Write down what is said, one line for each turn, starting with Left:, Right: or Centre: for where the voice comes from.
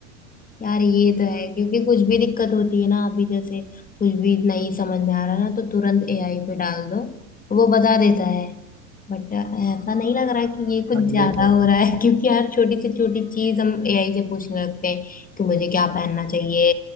Left: यार ये तो है क्योंकि कुछ भी दिक्कत होती है ना अभी जैसे कुछ भी नहीं समझ में आ रहा ना तो तुरंत एआई पे डाल दो वो बता देता है बट ऐसा नहीं लग रहा कि ये कुछ
Right: हाँ
Left: ज्यादा
Right: ये तो है
Left: हो रहा है <laughs> क्योंकि हर छोटी से छोटी चीज हम एआई से पूछने लगते हैं कि मुझे क्या पहनना चाहिए